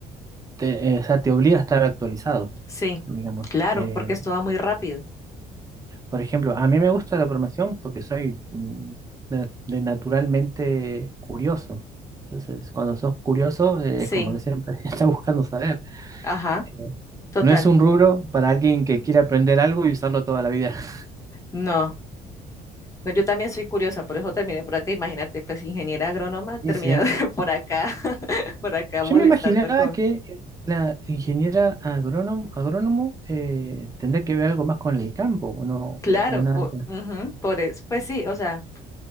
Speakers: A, on the right; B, on the left.
A: te, eh, o sea, te obliga a estar actualizado,
B: Sí,
A: digamos.
B: claro,
A: Eh,
B: porque esto va muy rápido.
A: por ejemplo, a mí me gusta la programación porque soy mm, de, de naturalmente curioso. Entonces, cuando sos curioso, eh,
B: Sí,
A: es como que siempre <laughs> estás buscando saber.
B: ajá,
A: Eh,
B: total.
A: No es un rubro para alguien que quiere aprender algo y usarlo toda la vida. <laughs>
B: No, no, yo también soy curiosa, por eso terminé por acá. Imagínate, pues ingeniera agrónoma terminada
A: Y sí,
B: <laughs> por acá, <laughs> por acá
A: yo
B: molestando
A: me imaginaba
B: con.
A: que la ingeniera agrónomo, agrónomo eh, tendría que ver algo más con el campo, o no,
B: Claro,
A: o nada.
B: por,
A: que-
B: ujú, por es- pues sí, o sea.